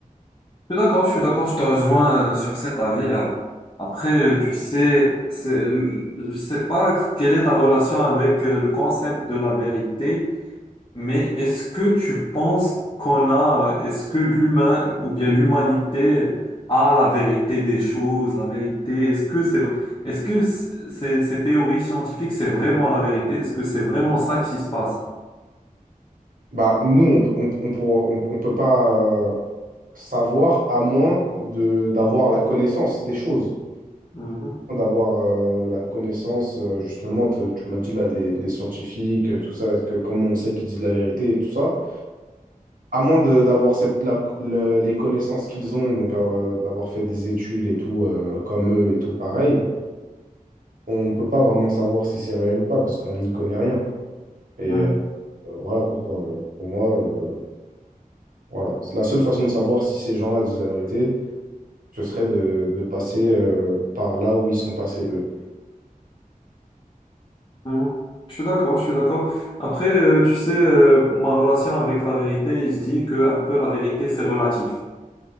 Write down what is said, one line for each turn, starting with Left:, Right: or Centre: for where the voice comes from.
Left: Je suis d'accord, je suis d'accord, je te rejoins euh, sur cet avis-là. Après, euh, tu sais, c'est, je sais pas quelle est ta relation avec euh, le concept de la vérité. Mais est-ce que tu penses qu'on a, est-ce que l'humain ou bien l'humanité a la vérité des choses, la vérité, est-ce que c'est, vrai- est-ce que c- ces, ces théories scientifiques, c'est vraiment la vérité? Est-ce que c'est vraiment ça qui se passe?
Right: Bah, nous, on, peut- on, on, pourra- on- on peut pas euh, savoir à moins de, d'avoir la connaissance des choses,
Left: Mhm,
Right: d'avoir euh, la connaissance, euh, justement, te- tu m'as dit là, des, des scientifiques, euh, tout ça, est-ce que, comment on sait qu'ils disent la vérité et tout ça. À moins de- d'avoir cette, la- le- les connaissances qu'ils ont, donc euh, d'avoir fait des études et tout, euh, comme eux et tout pareil, on ne peut pas vraiment savoir si c'est réel ou pas parce qu'on n'y connaît rien. Et
Left: mhm,
Right: euh, voilà pourquoi, euh, pour moi, euh, voilà. C'est La seule façon de savoir si ces gens-là disent la vérité, ce serait de, de passer euh, par là où ils sont passés eux.
Left: mhm. Je suis d'accord, je suis d'accord. Après, euh, tu sais, euh, ma relation avec la vérité, je dis que un peu la vérité, c'est relatif.